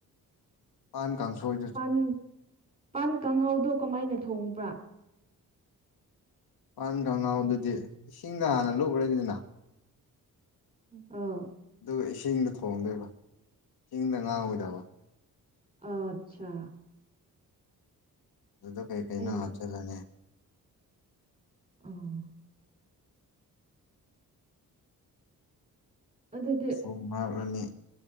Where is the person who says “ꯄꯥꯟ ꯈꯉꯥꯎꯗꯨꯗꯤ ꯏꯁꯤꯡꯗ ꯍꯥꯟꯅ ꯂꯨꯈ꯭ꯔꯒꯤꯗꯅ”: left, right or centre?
Left